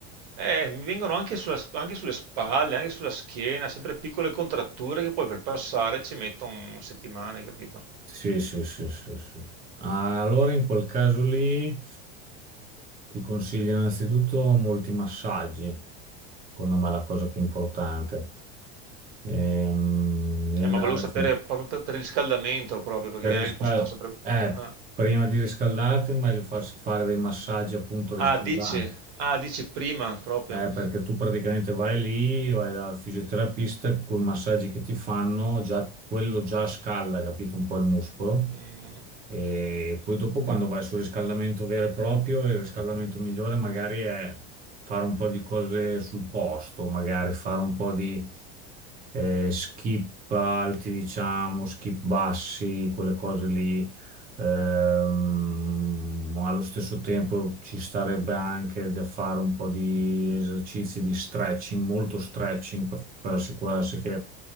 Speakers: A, on the right; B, on the right.
A: Eh, mi vengono anche, sulla- anche sulle spalle, anche sulla schiena, sempre piccole contratture che poi per passare ci mettono settimane, capito?
B: Sì, sì, sì, sì, sì. Allora, in quel caso lì, ti consiglio innanzitutto molti massaggi. Secondo me è la cosa più importante. Ehm, devi
A: Eh,
B: andare
A: ma volevo sapere
B: sì.
A: proprio per, per il riscaldamento, proprio, perché
B: Per
A: non
B: riscal-
A: è che posso far sempre...
B: eh,
A: Ah,
B: prima di riscaldarti, è meglio farsi fare dei massaggi appunto riscaldanti.
A: ah, dici, ah, dici prima, proprio.
B: Eh, perché tu praticamente vai lì, vai dal fisioterapista con i massaggi che ti fanno, già, quello già scalda, capito, un po' il muscolo.
A: Mm,
B: E poi dopo quando vai sul riscaldamento vero e proprio, il riscaldamento migliore magari è fare un po' di cose sul posto, magari fare un po' di eh, skip alti, diciamo, skip bassi, quelle cose lì. Ehm, allo stesso tempo ci starebbe anche da fare un po' di esercizi di stretching, molto stretching per, per assicurarsi che